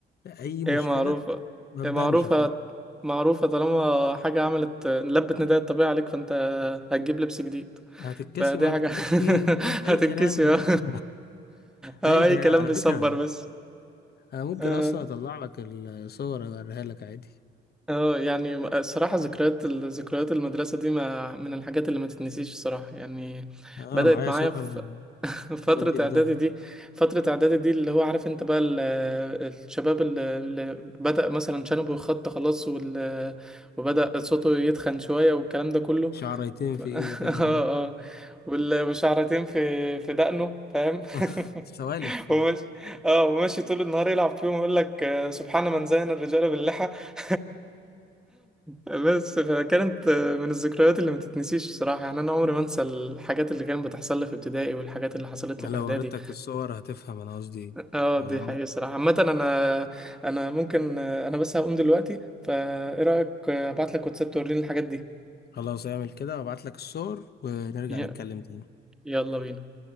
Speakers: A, on the left (about 55°); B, in the centre.
A: أي مشكلة
B: هي معروفة
A: ما
B: هي
A: تبانش
B: معروفة
A: فاهم
B: معروفة طالما حاجة عملت لبت نداء الطبيعة عليك فأنت هتجيب لبس جديد
A: هتتكسي
B: فدي
A: ما قالت
B: حاجة
A: لي
B: <laughs> هتتكسي
A: أي كلام ده
B: اه آه،
A: ده <laughs> أي
B: أي
A: كلام
B: كلام
A: على
B: بيصبر
A: فكرة
B: بس
A: أنا ممكن
B: اه
A: أصلا أطلع لك الصور أوريها لك عادي
B: آه، يعني الصراحة ذكريات ذكريات المدرسة دي ما من الحاجات اللي ما تتنسيش الصراحة يعني
A: أنا
B: بدأت
A: معايا
B: معايا
A: صور
B: في فترة
A: تودي في
B: إعدادي
A: داهية
B: دي فترة إعدادي دي اللي هو عارف أنت بقى ال- الشباب اللي اللي بدأ مثلا شنبه يخط خلاص وال... وبدأ صوته يتخن شوية والكلام ده كله
A: شعريتين
B: ف...
A: في
B: <laughs> اه
A: إيده كده أهو
B: اه وال... وشعرتين في في دقنه فاهم
A: <laughs>
B: <laughs>
A: سوالف يعني
B: وماشي اه وماشي طول النهار يلعب فيهم يقول لك آه، سبحان من زين الرجال باللحى <laughs> بس فكانت آه، من الذكريات اللي ما تتنسيش الصراحة يعني أنا عمري ما أنسى الحاجات اللي كانت بتحصل لي في ابتدائي والحاجات اللي حصلت
A: لو
B: لي في إعدادي
A: وريتك الصور هتفهم أنا قصدي إيه.
B: اه
A: والله
B: دي حقيقة الصراحة عامة انا انا ممكن انا بس هقوم دلوقتي فايه رأيك ابعت لك واتساب توريني الحاجات دي
A: خلاص اعمل كده وابعت لك الصور ونرجع
B: <laughs>
A: نتكلم تاني
B: يلا بينا